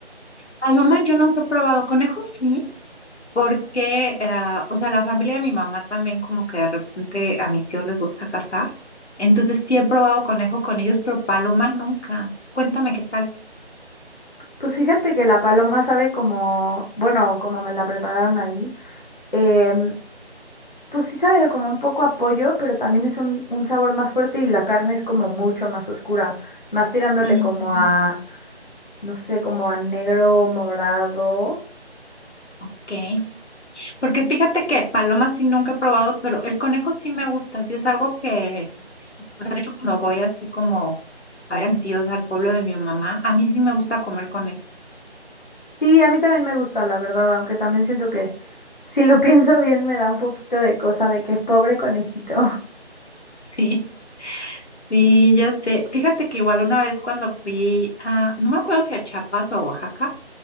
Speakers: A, on the left; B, on the left.
A: Ay, no man, yo nunca he probado conejos, sí, porque, eh, o sea, la familia de mi mamá también como que de repente a mis tíos les gusta cazar, entonces sí he probado conejo con ellos, pero paloma nunca. Cuéntame qué tal.
B: Pues fíjate que la paloma sabe como, bueno, como me la prepararon ahí. em, Pues sí sabe como un poco a pollo, pero también es un, un sabor más fuerte y la carne es como mucho más oscura, más tirándole
A: Ujú,
B: como
A: ujú.
B: a, no sé, como a negro, morado.
A: Ok. Porque fíjate que paloma sí nunca he probado, pero el conejo sí me gusta, sí es algo que, que sí. O sea, de hecho, cuando voy así como a ver a mis tíos al pueblo de mi mamá, a mí sí me gusta comer conejo. <laughs>
B: Sí, a mí también me gusta, la verdad, aunque también siento que si lo <laughs> pienso bien me da un poquito de cosa de que pobre conejito.
A: Sí, sí, ya sé. Fíjate que igual una vez cuando fui a, no me acuerdo si a Chiapas o a Oaxaca,